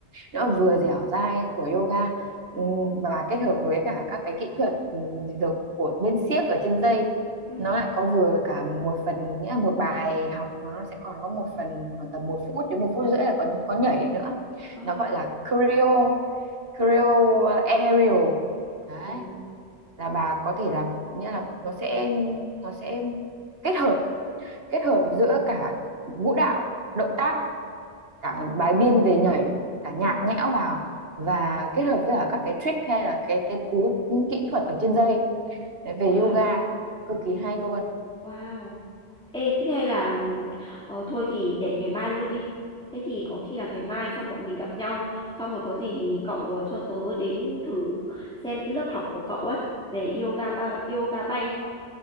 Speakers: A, on the right; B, in the centre.
A: nó
B: Ồ.
A: vừa dẻo dai của yoga
B: Ừ.
A: ừm, và kết hợp với cả các cái kỹ thuật ừm, được của bên xiếc ở trên dây
B: Ừ.
A: nó lại có vừa cả một phần nghĩa là một bài học nó nó sẽ còn có một phần khoảng tầm một phút đến một phút rưỡi là có có nhảy nữa
B: Ồ.
A: nó gọi là choreo choreo
B: Ừ.
A: aerial đấy
B: Ồ,
A: là bà có thể làm nghĩa là nó sẽ nó sẽ kết hợp kết hợp giữa cả vũ đạo động tác cả bài biên về nhảy cả nhạc
B: ừ
A: nhẽo vào và kết hợp với cả các cái trick hay là cái cái cú kỹ thuật ở trên dây Đấy, về
B: wow,
A: yoga cực kỳ hay luôn
B: wow. Ê, thế hay là ừm, ờ, thôi thì để ngày mai luôn đi. Thế thì có khi là ngày mai xong bọn mình gặp nhau, xong rồi có gì thì cậu ờ, cho tớ đến thử xem cái lớp học của cậu ấy về yoga à, yoga bay,